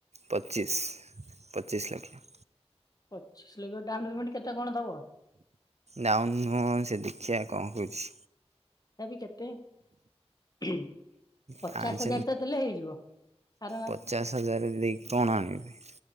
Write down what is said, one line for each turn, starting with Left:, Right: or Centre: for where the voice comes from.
Right: ପଚିଶ ପଚିଶ ଲଖ୍ୟା
Left: ପଚିସି ଲକ୍ଷ୍ୟା ଡାଉନ୍ <unintelligible> କେତେ କଣ ଦବ
Right: ନଉ ନୁହଁ ସେ ଦେଖିଆ କଣ କରୁଛି
Left: ତଥାବି କେତେ ପଚାଶ
Right: ପାଞ୍ଚ
Left: ହଜାର ତ ଦେଲେ ହେଇଯିବ ଆର
Right: ପଚାଶ ହଜାର ଦେଇକି କଣ ଆଣିବି?